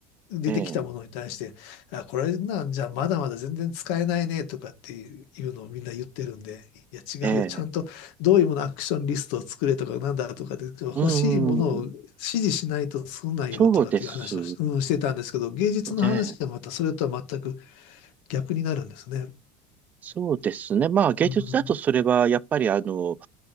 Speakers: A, on the left; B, on the right.
A: 出てきたものに対して、
B: ええ、
A: あ、これなんじゃまだまだ全然使えないねとかっていうのをみんな言ってるんで、いや違うよ、
B: ええ、
A: ちゃんとどういうものアクションリストを作れとかなんだとかで、欲しいものを指示しないと作んないよとかっていう話をし、
B: うん、そうです
A: うん、してたんですけど、芸術の話はまたそれとは全く
B: ね。
A: 逆になるんですね。
B: そうですね。まあ芸術だとそれはやっぱりあの、
A: うん、